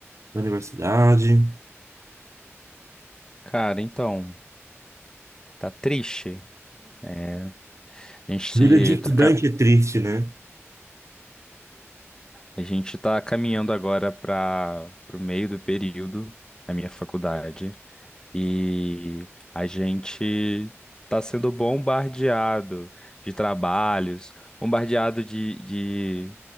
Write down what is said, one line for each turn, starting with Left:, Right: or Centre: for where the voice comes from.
Right: da universidade?
Left: Cara, então, tá triste. né? A gente
Right: Vida de estudante
Left: tá, ca-
Right: é triste, né?
Left: a gente tá caminhando agora para o meio do período na minha faculdade e a gente tá sendo bombardeado de trabalhos, bombardeado de,